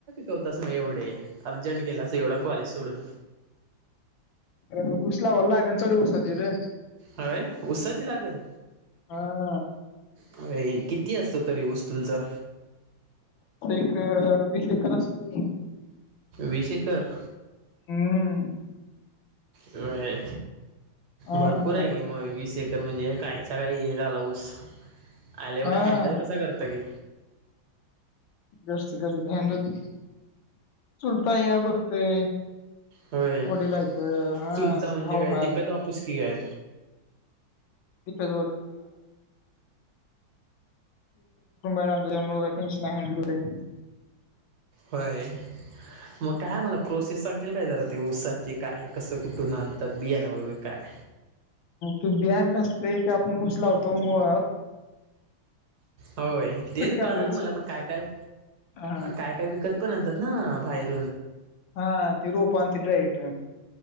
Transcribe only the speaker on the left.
अ ऊस लावलोय लागण चालू ऊसची र.
हा
त एक वीस एकर असतो की.
हम्म.
हा
हा
जास्ती च कुठं चुलता हाया बघतोय.
वडील हाईत हा
भाऊ
हाय.
<unintelligible> कुंबा आहे म मुळे काया टेन्शन नाही हॅण्डल होतंय.
तू बियान नसतय ते आपण उस लावतो म
आपल्याला
हा
हा ते रोप आणत्यात डायरेक्ट